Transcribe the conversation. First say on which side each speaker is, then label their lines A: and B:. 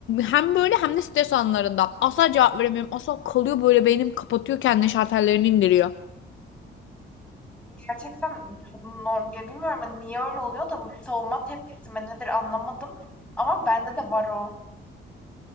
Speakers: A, on the left; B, in the centre.
A: hem böyle hem de stres anlarında. Asla cevap veremiyorum. Asla kalıyor böyle beynim kapatıyor kendini şartellerini indiriyor.
B: Gerçekten çok normal. Bilmiyorum hani niye öyle oluyor da bu bir savunma tepkisi mi nedir anlamadım. Ama bende de var o.